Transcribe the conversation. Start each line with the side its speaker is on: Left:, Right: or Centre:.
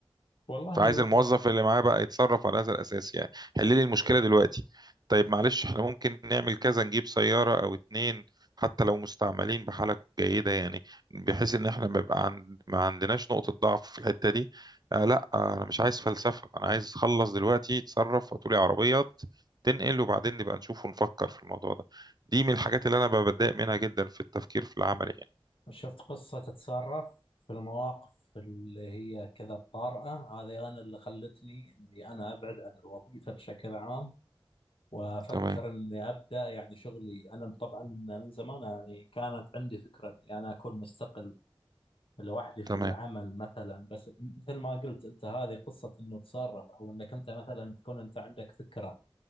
Left: والله
Right: فعايز
Left: هو
Right: الموظف اللي معاه بقى يتصرف على هذا الأساس يعني حل لي المشكلة دلوقتي طيب معلش احنا ممكن نعمل كذا نجيب سيارة أو اتنين حتى لو مستعملين بحالة جيدة يعني بحيث إن احنا ما يبقى عند... ما عندناش نقطة ضعف في الحتة دي آه لا آه أنا مش عايز فلسفة أنا عايز أخلص دلوقتي تصرف وتقولي عربيات تنقل وبعدين نبقى نشوف ونفكر في الموضوع ده دي من الحاجات اللي أنا بتضايق منها جدا في التفكير في العمل يعني
Left: شفت قصة تتصرف في المواقف اللي هي كذا الطارئة هذه أنا اللي خلتني إني أنا أبعد عن الوظيفة بشكل عام وأفكر
Right: تمام
Left: إني أبدأ يعني شغلي أنا طبعا من زمان يعني كانت عندي فكرة إني أنا أكون مستقل لوحدي في
Right: تمام
Left: العمل مثلا بس مثل ما قلت أنت هذه قصة إنه تصرف أو إنك أنت مثلا تكون أنت عندك فكرة